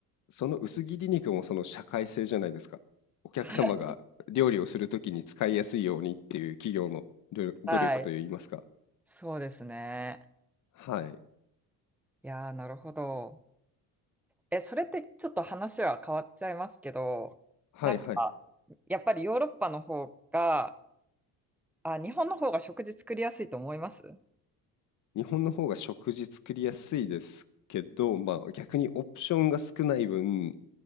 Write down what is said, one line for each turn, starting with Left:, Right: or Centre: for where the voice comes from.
Left: その薄切り肉もその社会性じゃないですか。お客様が料理をするときに使いやすいようにっていう企業の努努力といいますか。
Centre: はい。はいそうですね。
Left: はい。
Centre: いやー、なるほど。え、それってちょっと話は変わっちゃいますけど、
Left: はいはい。
Centre: なんか、やっぱりヨーロッパの方が、あ、日本の方が食事作りやすいと思います
Left: 日本の方が食事作りやすいですけど、まあ逆にオプションが少ない分、